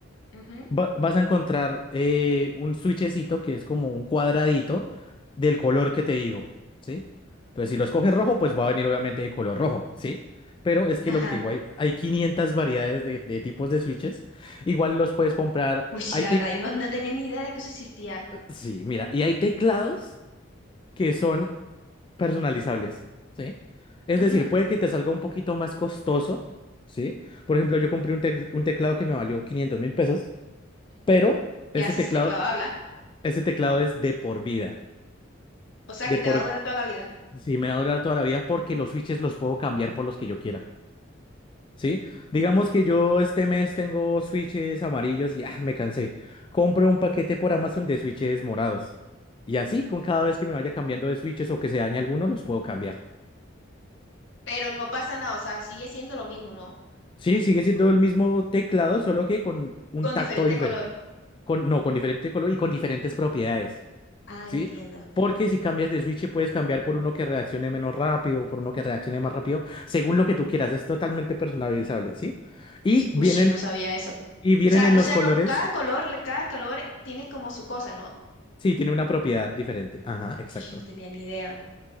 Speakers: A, on the left; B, on the left.
A: Ujú,
B: va- vas a encontrar eh, un switchecito que es como un cuadradito del color que te digo, ¿sí? Entonces, si lo escoges rojo, pues va a venir obviamente de color rojo, ¿sí? Pero es que
A: Ajá.
B: lo que te digo, hay, hay 500 variedades de, de tipos de switches. Igual los puedes comprar.
A: Uy, sí,
B: Hay
A: la
B: tec-
A: verdad, yo no, no tenía ni idea de que eso existía.
B: sí, mira, y hay teclados que son personalizables, ¿sí? Es
A: Ujú,
B: decir, puede que te salga un poquito más costoso, ¿sí? Por ejemplo, yo compré un, tec- un teclado que me valió quinientos mil pesos, pero...
A: ¿Qué
B: Ese
A: haces
B: teclado
A: si te clava habla?
B: Ese teclado es de por vida.
A: O sea,
B: De
A: que
B: por...
A: te va a durar toda la vida.
B: Si me va a durar toda la vida porque los switches los puedo cambiar por los que yo quiera. ¿Sí? Digamos que yo este mes tengo switches amarillos y ah, me cansé. Compro un paquete por Amazon de switches morados. Y así, con cada vez que me vaya cambiando de switches o que se dañe alguno, los puedo cambiar.
A: Pero no pasa nada, o sea, sigue siendo lo mismo, ¿no?
B: Sí, sigue siendo el mismo teclado, solo que con un
A: Con
B: tacto
A: diferente
B: diferente.
A: color.
B: Con, no, con diferente color y con diferentes propiedades.
A: Ah,
B: ¿sí?
A: entiendo.
B: Porque si cambias de switch, puedes cambiar por uno que reaccione menos rápido, por uno que reaccione más rápido, según lo que tú quieras. Es totalmente personalizable, ¿sí? Y vienen,
A: Uy, yo no sabía eso. O
B: y vienen
A: sea,
B: en
A: o
B: los
A: sea,
B: colores.
A: no- cada color, cada color tiene como su cosa, ¿no?
B: Sí, tiene una propiedad diferente. Ajá, exacto.
A: Yo no tenía ni idea.